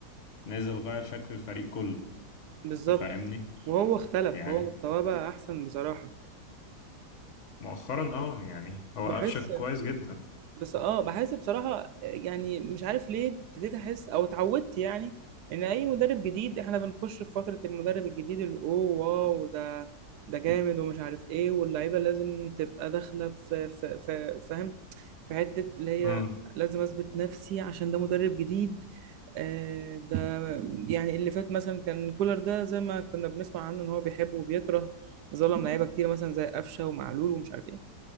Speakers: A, on the left; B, on the right.
A: نزل غير شكل الفريق كله
B: بالظبط
A: تفهمني
B: وهو اختلف
A: يعني
B: هو مستواه بقى أحسن بصراحة،
A: مؤخرا اه يعني هو
B: بحس
A: قفشك كويس جدا
B: بس اه بحس بصراحة يعني مش عارف ليه ابتديت احس او اتعودت يعني ان اي مدرب جديد احنا بنخش في فترة المدرب الجديد اللي اوه واو ده ده جامد ومش عارف ايه واللعيبة لازم تبقى داخلة في في في فاهم في حتة اللي هي
A: امم
B: لازم اثبت نفسي عشان ده مدرب جديد آه ده يعني اللي فات مثلا كان كولر ده زي ما كنا بنسمع عنه ان هو بيحب وبيكره ظلم لعيبة كتير مثلا زي قفشة ومعلول ومش عارف ايه